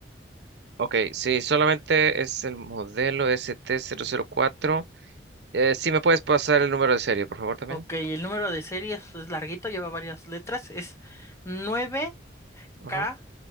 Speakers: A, on the right (about 65°); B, on the left (about 15°).
A: Ok, sí, solamente es el modelo ST004. Eh, sí, ¿me puedes pasar el número de serie, por favor, también?
B: Ok, el número de serie es, es larguito, lleva varias letras, es nueve
A: Ajá.
B: K